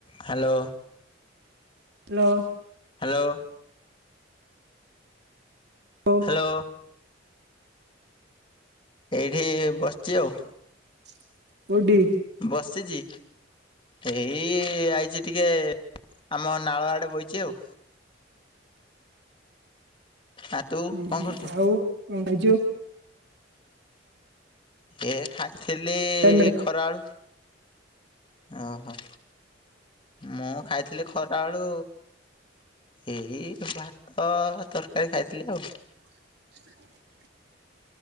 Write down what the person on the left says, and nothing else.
Hello.
Hello.
hello ଏଇଠି ବସଚି ଆଉ।
ବସିଚି। ଏଇ ଆଇଚି ଟିକେ ଆମ ନାଳ ଆଡେ ବଇଚି ଆଉ। ଆ ତୁ
କଣ କରୁଛୁ?
ଏ ଖାଇଥିଲି
ଖରାଉଳୁ ଓହୋ ମୁଁ ଖାଇଥିଲି ଖରା ବେଳୁ ଏଇ ଭାତ ତରକାରୀ ଖାଇଥିଲି ଆଉ।